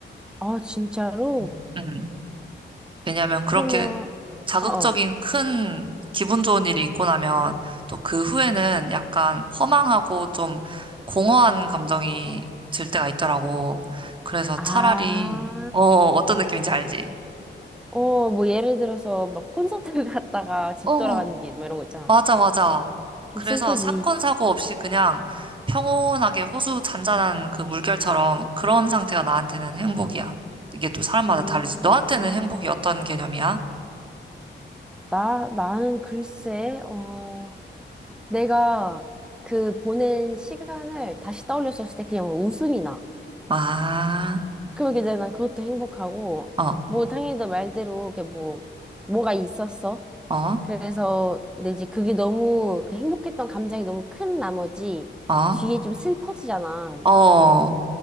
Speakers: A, in the centre; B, on the right.
A: 아, 진짜로?
B: 음. 음. 왜냐하면 그렇게
A: 그러면,
B: 자극적인
A: 어어.
B: 큰 기분 좋은 일이 있고 나면 또 그 후에는 약간 허망하고 좀 공허한 감정이 들 때가 있더라고. 그래서
A: 아,
B: 차라리 어, 어떤 느낌인지 알지?
A: 어, 뭐, 예를 들어서, 막, 콘서트 <laughs> 갔다가 집
B: 어,
A: 돌아가는 길, 막 이런 거 있잖아.
B: 맞아, 맞아.
A: 좀
B: 그래서
A: 슬프지.
B: 사건, 사고 없이 그냥 평온하게 호수 잔잔한 그 물결처럼 그런 상태가 나한테는 행복이야. 이게 또 사람마다
A: 오,
B: 다르지. 너한테는 행복이 어떤 개념이야?
A: 나, 나는 글쎄, 어, 내가 그 보낸 시간을 다시 떠올렸을 때 그냥 뭐 웃음이 나.
B: 아,
A: 그러게 이제 난 그것도 행복하고,
B: 어,
A: 뭐 당연히 너 말대로 그 뭐, 뭐가 있었어.
B: 어,
A: 그래서 근데 이제 그게 너무 그 행복했던 감정이 너무 큰 나머지
B: 어,
A: 뒤에 좀 슬퍼지잖아.
B: 어,